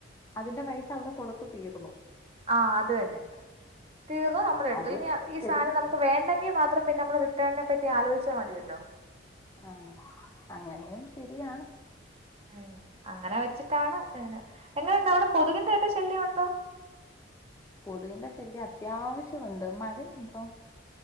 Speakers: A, on the left; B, on the right.
A: അതിന്റെ പൈസ അവിടെ കൊടുത്തു തീർന്നു
B: ആഹ് അത് തന്നെ തീർന്നു നമ്മളെ എടുത്തു
A: അത്
B: ഇനി ഈ
A: ശരിയാ
B: സാധനം നമുക്ക് വേണ്ടെങ്കിൽ മാത്ര മാത്രം പിന്ന നമ്മൾ റിട്ടേണിനെ പറ്റി ആലോചിച്ചാൽ മതിയല്ലോ
A: ആഹ് അങ്ങനെയും ശരിയാണ്
B: ഉമ് അങ്ങനെ വെച്ചിട്ടാണ് തരുന്നേ എങ്ങനെയുണ്ട് അവിടെ കൊതുകിന്റെ ഒക്കെ ശല്യണ്ടോ
A: കൊതുകിന്റെ ശല്യം അത്യാവശ്യണ്ട് മഴയുണ്ടോ